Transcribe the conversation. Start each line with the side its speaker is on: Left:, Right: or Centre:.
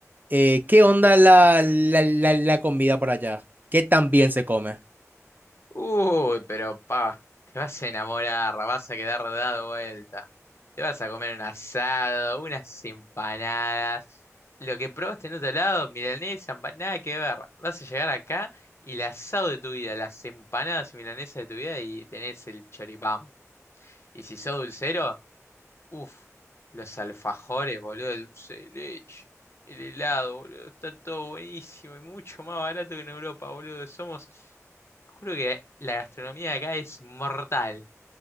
Right: Eh, ¿qué onda la, la, la, la comida por allá? ¿Qué tan bien se come?
Left: Uy, pero pa, te vas a enamorar, vas a quedar dado vuelta. Te vas a comer un asado, unas empanadas. Lo que probaste en otro lado, milanesa, empa- nada que ver. Vas a llegar acá y el asado de tu vida, las empanadas y milanesas de tu vida y tenés el choripán. Y si sos dulcero, Uf, los alfajores, boludo, el dulce de leche, el helado, boludo, está todo buenísimo y mucho más barato que en Europa, boludo. Somos, juro que la gastronomía de acá es mortal.